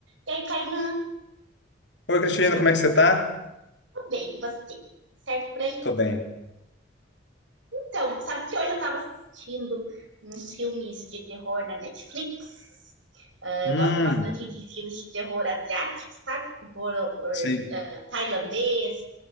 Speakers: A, on the right; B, on the left.
A: E aí, Kainan,
B: Oi, Cristiano, como é que você tá?
A: tudo bem, você? Certo por aí?
B: Tô bem.
A: Então, sabe que hoje eu tava assistindo uns filmes de terror na Netflix? Ah,
B: Hum,
A: gosto bastante de filmes de terror asiático, sabe? Terror or-
B: sim,
A: ah, tailandês,